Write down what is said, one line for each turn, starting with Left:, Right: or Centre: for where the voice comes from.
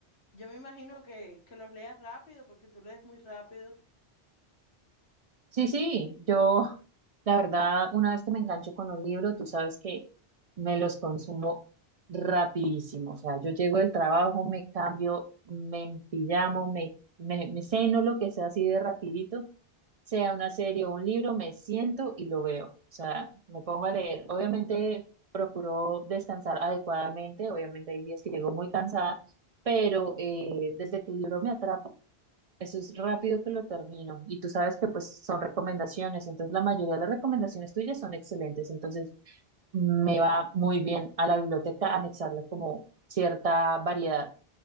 Left: Yo me imagino que, que los leas rápido, porque tú lees muy rápido.
Right: Sí, sí, yo, la verdad, una vez que me engancho con un libro, tú sabes que me los consumo rapidísimo. O sea, yo llego del trabajo, me cambio, me empillamo, me, me, me ceno lo que sea así de rapidito, sea una serie o un libro, me siento y lo veo. O sea, me pongo a leer. Obviamente procuro descansar adecuadamente, obviamente hay días que llego muy cansada, pero eh, desde que el libro me atrapa, Eso es rápido que lo termino. Y tú sabes que pues son recomendaciones. Entonces la mayoría de las recomendaciones tuyas son excelentes. Entonces me va muy bien a la biblioteca anexarle como cierta variedad.